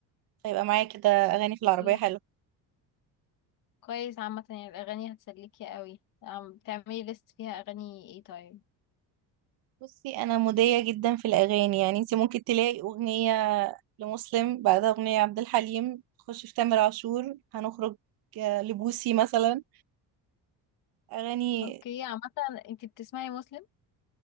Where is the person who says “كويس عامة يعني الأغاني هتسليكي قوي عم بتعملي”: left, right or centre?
Left